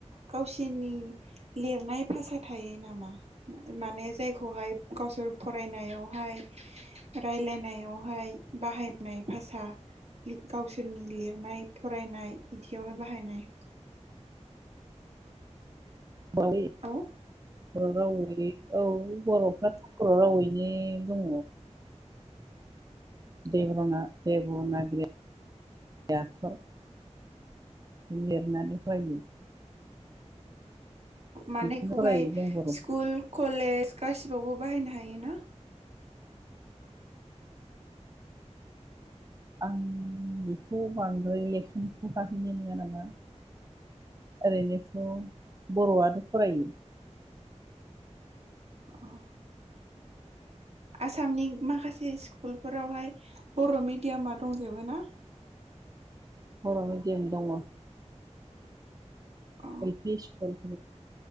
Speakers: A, on the right (about 60°); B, on the right (about 30°).
A: गावसिनि लिरनाय भाषा थायो नामा? माने जायखौहाय गावसोर फरायनायावहाय रायलायनायावहाय बाहायनाय भाषा गावसोरनि लिरनाय फरायनाय बिदियावहाय बाहायनाय।
B: <unintelligible>
A: औ
B: रावै औ बर'फ्राथ बर' रावैनो दङ। देब्र'ना देब'नागिरि आखर। लिरनानै फरायो
A: मानैखौहाय
B: बेखौनो फरायो जों बर'
A: स्कुल कलेज गासिबावबो बाहायनो हायो ना?
B: आं बेखौ बांद्राय लेखानिखौ हाहैनाय नङा नामा ओरैनोथ' बर'आनो फरायो।
A: अ आसामनि माखासे स्कुलफोरावहाय बर' मिडियामा दंजोबो ना?
B: बर' मेडियाम दङ।
A: अ
B: L P school